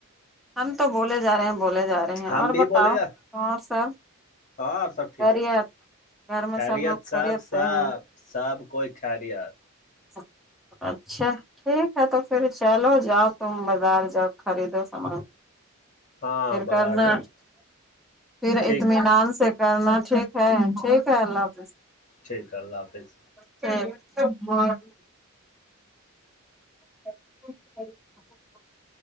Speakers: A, in the centre; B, on the left.
A: ہم تو بولے جا رہے ہیں بولے جا رہے ہیں
B: ہم
A: اور
B: بھی
A: بتاؤ
B: بولے گا
A: اور سب
B: ہاں اور سب ٹھیک
A: خیریت گھر میں
B: خیریت
A: لوگ
B: سب
A: خیریت سے
B: سب
A: ہیں
B: سب کوئی خلیاد
A: س اچھا ٹھیک ہے تو پھر چلو جاؤ تم بازار جاؤ خریدو سامان
B: ہاں
A: پھر
B: بازار
A: کرنا
B: جانا
A: پھر
B: ٹھیک
A: اطمینان سے کرنا ٹھیک ہے ٹھیک ہے اللہ حافظ
B: ٹھیک ہے اللہ حافظ
A: <inaudible> <inaudible>